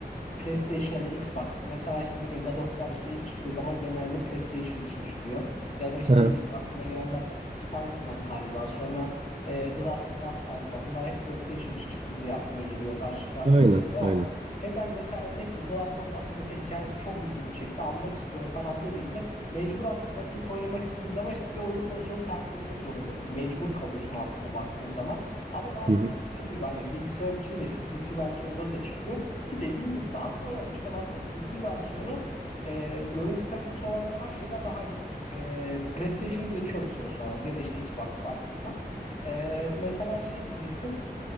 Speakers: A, on the left; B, on the right.
A: PlayStation ya da Xbox. Mesela işte dediğin God of War işte ilk çıktığı zaman genelde PlayStation için çıkıyor. Ya da işte
B: Aha.
A: ne bileyim aklıma gelenler Spider-Man galiba. Sonra e, The Last of Us galiba. Bunlar hep PlayStation için çıktı diye aklıma geliyor. Başka
B: Aynen,
A: hatırlayamadım ama
B: aynen.
A: hep ben mesela örnek veriyorum. The Last of Us mesela hikayesi çok ilgimi çekti. Almak istiyorum falan dediğimde mecburen bu sefer ilk oynamak istediğin zaman işte bir oyun konsolunu tercih etmek zorundasın. Mecbur kalıyorsun aslında baktığın zaman. Ama daha
B: Hı
A: sonra
B: hı.
A: dediğin gibi hani bilgisayar için de işte PC versiyonları da çıkıyor. Ki dediğin gibi daha sonradan çıkan aslında PC versiyonu e, görüntü kalitesi olarak falan şeyde daha iyi. E, PlayStation'ı geçiyor bir süre sonra ya da işte Xbox fark etmez. E, mesela şey diyecektim.